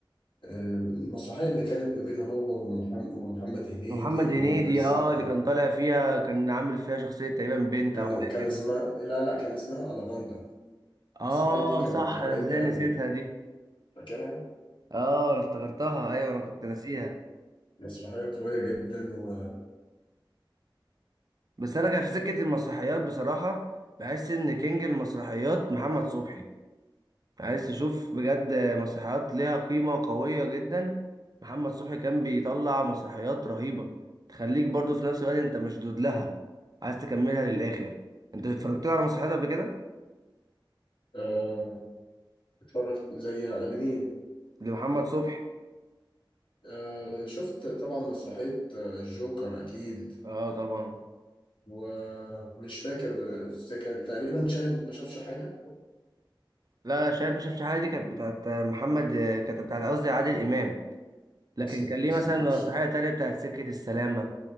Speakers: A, on the left (about 75°); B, on the right (about 50°).
A: آه، المسرحية اللي كانت ما بينه هو ومحمد, ومحمد هنيدي
B: محمد هنيدي
A: وأحمد السقا
B: اه اللي كان طالع فيها كان عامل فيها شخصية تقريبا بنت
A: كان
B: أو حاجة
A: كان اسمها لا لا كان اسمها ألاباندا
B: اه
A: المسرحية دي كانت
B: صح
A: قوية
B: أنا ازاي
A: قوي
B: نسيتها دي
A: فاكرها؟
B: اه انا افتكرتها ايوه انا كنت ناسيها
A: مسرحية قوية جدا و
B: بس انا كان في سكة المسرحيات بصراحة بحس ان كينج المسرحيات محمد صبحي عايز تشوف بجد مسرحيات ليها قيمة وقوية جدا محمد صبحي كان بيطلع مسرحيات رهيبة تخليك برضو في نفس الوقت انت مشدود لها عايز تكملها للاخر انت اتفرجت له على مسرحيات قبل كده
A: آه، اتفرجت زي لمين؟
B: لمحمد صبحي
A: آه، شفت طبعا مسرحية آه، الجوكر أكيد
B: اه طبعا
A: ومش فاكر بس كان تقريبا شاهد ما شافش حاجة
B: لا لا شايف ما شفتش حاجة دي كانت بتاعت محمد كانت بتاعت قصدي عادل امام لكن
A: حصل
B: كان ليه
A: حصل
B: مثلا
A: ماشي
B: مسرحية تانية بتاعت سكة السلامة